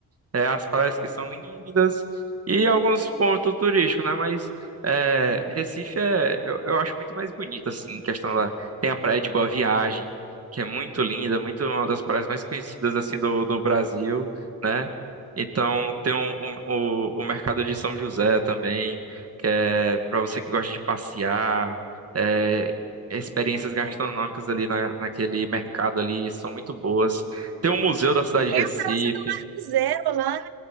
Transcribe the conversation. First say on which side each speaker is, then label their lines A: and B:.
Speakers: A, on the right; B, on the right.
A: é, as praias que são lindas e alguns pontos turísticos, né? Mas é, Recife é, eu, eu acho muito mais bonito, assim, em questão da. Tem a Praia de Boa Viagem, que é muito linda, muito uma das praias mais conhecidas assim do, do Brasil né? Então, tem um- um- o, o mercado de São José também, que é para você que gosta de passear, é, experiências gastronômicas ali na, naquele mercado ali são muito boas. Tem o Museu da Cidade
B: Tem
A: de Recife.
B: a Praça do Marco Zero lá, né?